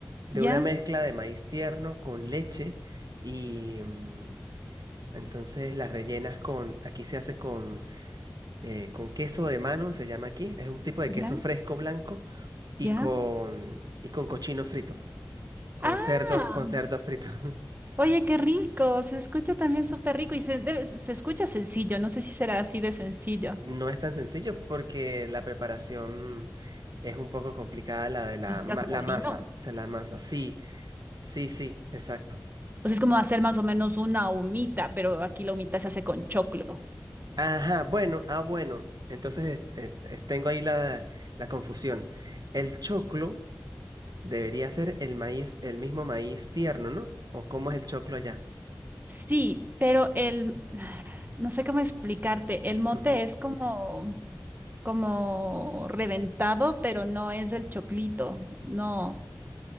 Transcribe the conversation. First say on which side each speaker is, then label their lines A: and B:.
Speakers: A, on the right; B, on the right.
A: de
B: ya,
A: una mezcla de maíz tierno con leche y mm, entonces las rellenas con, aquí se hace con, eh, con queso de mano, se llama aquí, es un tipo de
B: ya,
A: queso fresco blanco y
B: ya.
A: con, y con cochino frito, con
B: Ah,
A: cerdo, con cerdo frito. <laughs>
B: oye, qué rico. Se escucha también súper rico y se, debe- se escucha sencillo. No sé si será así de sencillo.
A: No es tan sencillo porque la preparación es un poco complicada, la de la,
B: ¿Necesitas
A: ma- la
B: molino?
A: masa, o sea, la masa, sí, sí, sí, exacto.
B: O sea, es como hacer más o menos una humita, pero aquí la humita se hace con choclo.
A: Ajá, bueno, ah, bueno. Entonces es- es- es- tengo ahí la, la confusión. El choclo debería ser el maíz, el mismo maíz tierno, ¿no? ¿O cómo es el choclo allá?
B: Sí, pero el, no sé cómo explicarte, el mote
A: Ujú.
B: es como, como reventado, pero no es el choclito. No,